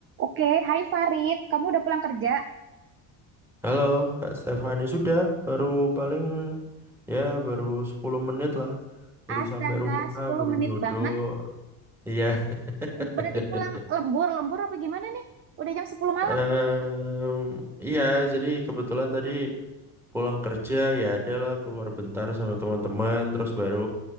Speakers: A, on the right; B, in the centre.
A: Oke, hai Farid. Kamu udah pulang kerja?
B: Halo Kak Stefani, sudah baru paling ya baru 10 menit lah. Baru
A: Astaga,
B: sampai rumah,
A: 10
B: baru
A: menit
B: dodok.
A: banget.
B: Iya.
A: Berarti
B: <laughs>
A: pulang lembur, lembur apa gimana nih? Udah jam sepuluh malam.
B: Em, iya, jadi kebetulan tadi pulang kerja ya adalah keluar bentar sama teman-teman terus baru